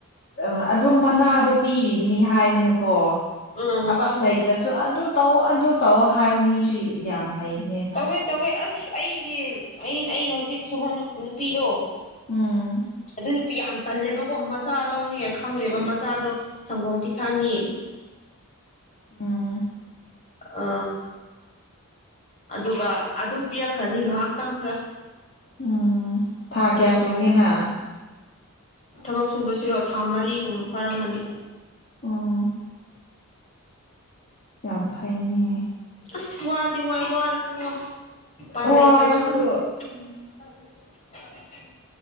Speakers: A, on the left; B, on the left.
A: ꯑ ꯑꯗꯨꯝ ꯃꯅꯥꯗꯣ ꯄꯤꯔꯤꯕꯅꯤ ꯍꯥꯏꯗꯅꯀꯣ
B: ꯑꯥ
A: ꯊꯕꯛ ꯂꯩ ꯅꯠꯇ꯭ꯔꯁꯨ ꯑꯗꯨ ꯇꯧꯑꯣ ꯑꯗꯨ ꯇꯧꯑꯣ ꯍꯥꯏꯕ ꯃꯤꯁꯨ ꯌꯥꯝ ꯂꯩꯕꯅꯦꯕ
B: ꯇꯋꯦ ꯇꯋꯦ ꯑꯁ ꯑꯩꯒꯤ ꯑ ꯑꯩꯅ ꯍꯧꯖꯤꯛ ꯁꯨꯕ ꯅꯨꯄꯤꯗꯣ
A: ꯎꯝ
B: ꯑꯩ ꯅꯨꯄꯤ ꯌꯥꯝ ꯇꯜꯂꯦꯕꯀꯣ ꯃꯆꯥ ꯂꯧꯅꯤꯉꯥꯏ ꯈꯪꯗꯦꯕ ꯃꯆꯥꯗꯣ ꯁꯪꯒꯣꯝ ꯄꯤꯊꯛꯅꯤꯌꯦ
A: ꯎꯝ
B: ꯑ ꯑꯗꯨꯒ ꯑꯗꯨꯝ ꯄꯤꯔꯛꯈ꯭ꯔꯅꯤ ꯉꯥꯏꯍꯥꯛꯇꯪꯗ
A: ꯎꯝ ꯊꯥ ꯀꯌꯥ ꯁꯨꯔꯒꯦꯅ
B: ꯊꯕꯛ ꯁꯨꯕꯁꯤꯔꯣ ꯊꯥ ꯃꯔꯤꯒꯨꯝꯕ ꯐꯥꯔꯝꯃꯅꯤ
A: ꯑꯣ ꯌꯥꯝꯐꯩꯅꯦ
B: ꯑꯁ ꯋꯥꯗꯤ ꯋꯥꯏ ꯋꯥꯔꯁꯨꯀꯣ ꯎꯄꯥꯏ
A: ꯋꯥꯔꯁꯨ
B: ꯂꯩꯇꯕ ꯑꯗꯨꯝ
A: ꯎꯝ
B: ꯊꯦ